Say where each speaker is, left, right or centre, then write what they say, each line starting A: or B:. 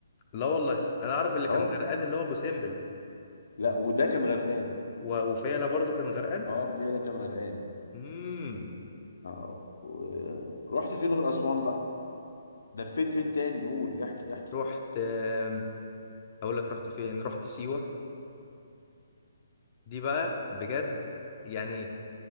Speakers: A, on the left (about 30°); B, on the left (about 75°).
A: لا والله انا اعرف اللي كان
B: اه والله.
A: غرقان اللي هو ابو سمبل
B: لا وده كان غرقان
A: و- وفيلا برضو كان غرقان
B: اه فيلا كان غرقان
A: امم
B: آه، و- رحت فين غير أسوان بقى لفيت فين تاني قول احكي احكي
A: رحت آم، اقول لك رحت فين رحت سيوه دي بقى بجد يعني